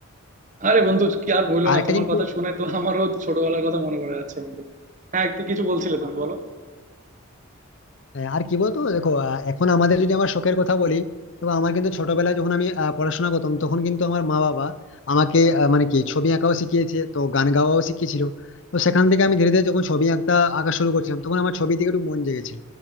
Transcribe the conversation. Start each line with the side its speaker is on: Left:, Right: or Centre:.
Right: আরে বন্ধু কি আর বললো
Left: আর
Right: না
Left: একটা
Right: তোমার
Left: জিনিস
Right: কথা শুনে তো আমারও ছোটবেলার কথা মনে পড়ে যাচ্ছে বন্ধু হ্যাঁ একটু কিছু বলছিলে তুমি বলো
Left: হ্যাঁ, আর কি বলতো দেখো আহ, এখন আমাদের যদি আমার শখের কথা বলি তো আমার কিন্তু ছোটবেলায় যখন আমি আহ, পড়াশোনা করতাম তখন কিন্তু আমার মা বাবা আমাকে আহ, মানে কি ছবি আঁকাও শিখিয়েছে তো গান গাওয়াও শিখিয়েছিল তো সেখান থেকে আমি ধীরে ধীরে যখন ছবি আঁকতে আঁকা শুরু করছিলাম তখন আমার ছবি দিকে একটু মন জেগেছিল